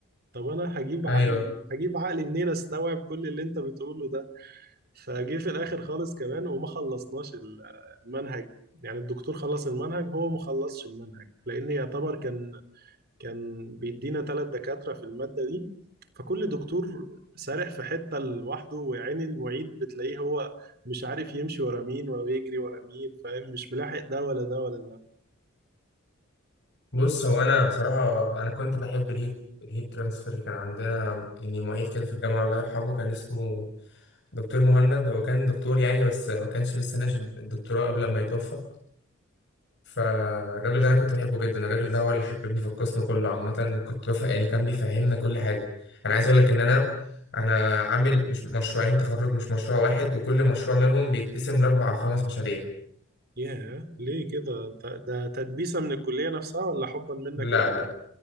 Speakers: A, on the right (about 50°); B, on the left (about 60°).
A: طب انا هجيب
B: ايوه
A: عقلي هجيب عقلي منين استوعب كل اللي انت بتقوله ده فجه في الاخر خالص كمان وما خلصناش ال- المنهج يعني الدكتور خلص المنهج هو ما خلصش المنهج لان يعتبر كان كان بيدينا ثلاث دكاترة في المادة دي فكل دكتور سارح في حتة لوحده ويعني المعيد بتلاقيه هو مش عارف يمشي ورا مين ويجري ورا مين فاهم مش ملاحق ده ولا ده ولا ده
B: بص هو انا بصراحه انا كنت بحب الهيد الهيد ترانسفير كان عندنا يعني معيد كده في الجامعه الله يرحمه كان اسمه دكتور مهند هو كان دكتور يعني بس ما كانش لسه ناقش الدكتوراه قبل ما يتوفى فالراجل ده انا كنت بحبه جدا الراجل ده هو اللي حببني في القسم كله عامه كنت بفهم يعني كان بيفهمنا كل حاجه انا عايز اقول لك ان انا انا عامل مش مشروعين تخرج مش مشروع واحد وكل مشروع منهم بيتقسم لاربع او خمس مشاريع
A: ياه ليه كده انت ده تدبيسة من الكلية نفسها ولا حبا منك
B: لا
A: انت
B: لا